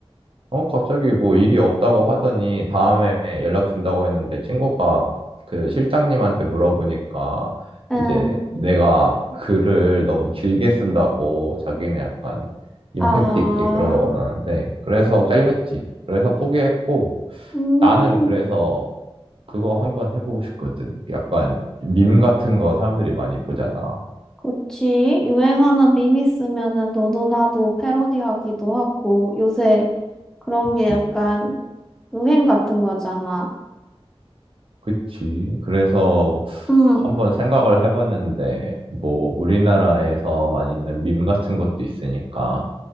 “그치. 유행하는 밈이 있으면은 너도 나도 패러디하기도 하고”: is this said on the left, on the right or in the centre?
Centre